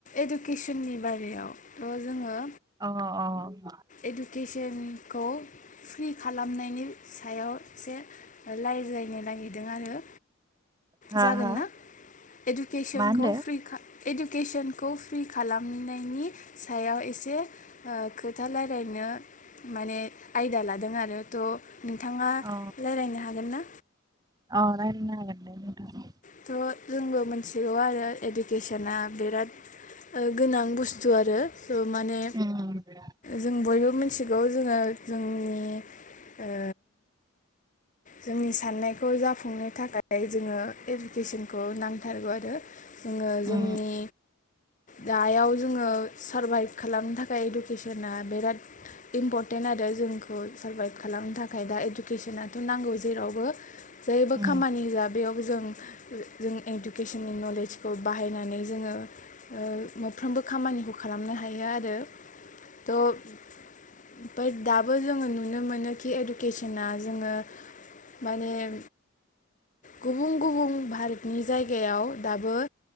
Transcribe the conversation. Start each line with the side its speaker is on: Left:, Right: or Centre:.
Left: एडुकेसननि बारायाव थ' जोङो
Right: अ अ!
Left: एडुकेसनखौ फ्रि खालामनायनि सायाव एसे रायज्लायनो नागिरदों आरो।
Right: हा
Left: जागोन
Right: हा
Left: ना एडकेसनखौ
Right: मा होनदो
Left: फ्रि खा इडुकेसनखौ फ्रि खालामनायनि सायाव एसे खोथा रायलायनो माने आयदा लादों आरो थ' नोंथाङा
Right: अ
Left: रायज्लायनो हागोन ना
Right: रायज्लायनो हागोन दे नोंथां
Left: थ' जोंबो मिथिगौ आरो इडुकेसना बिराद गोनां बुस्थु आरो। सो' माने
Right: उम
Left: जों बयबो मिथिगौ जोङो जोंनि ओ जोंनि साननायखौ जाफुंनो थाखाय जोङो एडकेसनखौ नांथारगौ आरो। जोङो जोंनि
Right: उम
Left: दयाव जोङो सारभाइभ खालामनो थाखाय इडुकेसना बिराद इम्परटेन्ट आरो जोंखौ सारभाइभ खालामनो थाखाय दा इडुकेसना ना जेरै बो जेबो
Right: उम
Left: खामानि होयो बेयावबो जों जों इडुकेसननि नलेजखौ बाहायनानै जोङो साफ्रोमबो खामानिखौ खालामनो हायो आरो थ' दाबो जोङो नुनो मोनो कि इडुकेसना जोङो माने गुबुन गुबुन भारतनि जायगायाव दाबो